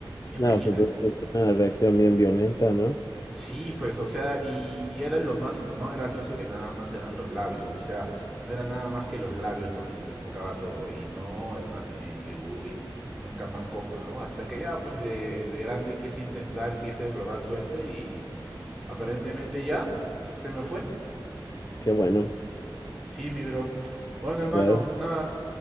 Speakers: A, in the centre; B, on the left.
A: Imagínate.
B: No, o sea, entonces es una reacción bien violenta, ¿no?
A: Sí, pues, o sea, y, y era lo más, lo más gracioso que nada más eran los labios, o sea, no era nada más que los labios donde se me enfocaba todo. Y no, hermano, yo dije, uy, nunca más como, ¿no? Hasta que ya, pues, de, de grande quise intentar, quise probar suerte y aparentemente ya se me fue.
B: Qué bueno.
A: Sí, mi bro. Bueno, hermano,
B: Ya es-
A: nada,